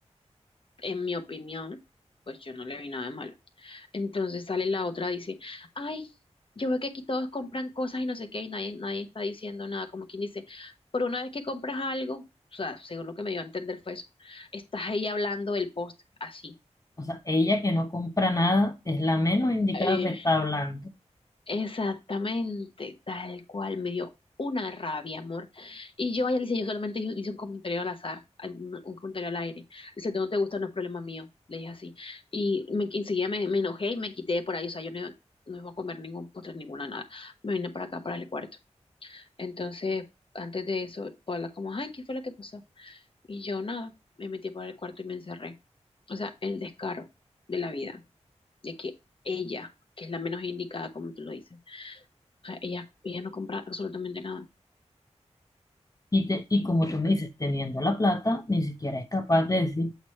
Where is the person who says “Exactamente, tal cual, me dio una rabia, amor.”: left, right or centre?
Left